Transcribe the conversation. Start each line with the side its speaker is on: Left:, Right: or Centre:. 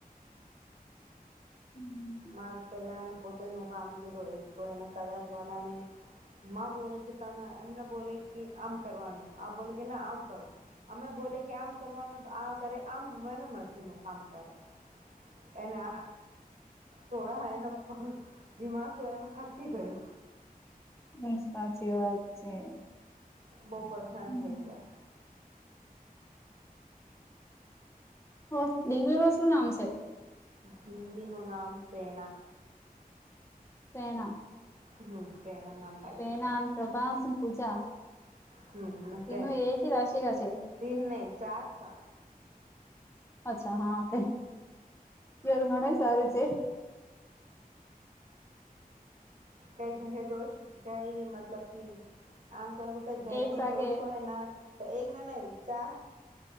Left: હમ
Right: મા પેલા એને પોતેનું કામ કીધું એક. તો એના કલર વાલાને મામાં બોલે કે તમે એમને બોલે કે આમ કરવાનું આમ બોલે કે ના આમ કરું. અમે બોલે કે આમ કરવાનું તો આ કરે આમ મને મરજી ન કામ કરે. એના થોડા એનો દિમાગ તો એનું ખસકી ગયું.
Left: હમ સાચી વાત છે.
Right: બહુ પરેશાન
Left: હમ્મ.
Right: થઈ ગયા.
Left: હો ડિગરી નુ શું નામ છે.
Right: ઝિગલીનું નામ પ્રેરણા
Left: પ્રેરણા.
Right: હમ પ્રેણા નામ. રાખ્યું
Left: પ્રેરણા,
Right: છે
Left: ન પ્રભાસ, પૂજા.
Right: હમ
Left: તેનું
Right: પ્રેમ
Left: એક જ રાશિકા છે
Right: તીન નહી ચાર સા.
Left: અચ્છા હા ફલ ઘણું સારું છે.
Right: હ. કઈ ઘરે દોસ્ત ગઈ મતલબ કે આમ કરુ. ઘરે
Left: એક
Right: નુ
Left: વાગે
Right: દોષ હોય ના તો એક ને નઇ વિ ચાર.